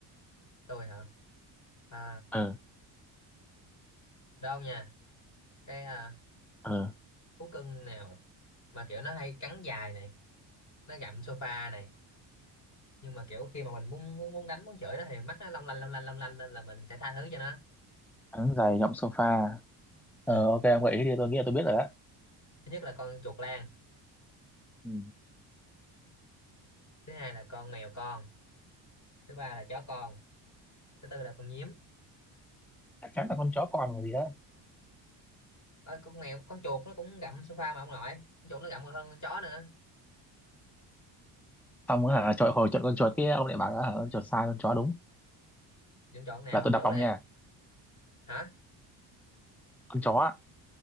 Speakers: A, on the left; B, in the centre.
A: tôi hả à,
B: Ừ.
A: đâu nha cái à,
B: Ừ.
A: thú cưng nào mà kiểu nó hay cắn dài này nó gặm sofa này nhưng mà kiểu khi mà mình muốn muốn muốn đánh muốn chửi nó thì mắt nó long lanh long lanh long lanh nên là mình sẽ tha thứ cho nó
B: Thắng giày nhộng sofa.
A: ừ.
B: Ờ ok ông gợi ý đi tôi nghĩ là tôi biết rồi đó.
A: thứ nhất là con chuột lang
B: Ừ.
A: thứ hai là con mèo con thứ ba là chó con thứ tư là con nhím
B: Chắc chắn là con chó con còn gì đó.
A: Ờ, con mèo con chuột nó cũng gặm sofa mà ông nội con chuột nó gặm còn hơn con chó nữa
B: xong á hả trời hồi chọn con chuột kia ông lại bảo là hả, con chuột sai con chó đúng
A: dân chọn nào
B: là tôi đập
A: chốt
B: ông
A: đây
B: nha
A: hả
B: con chó á.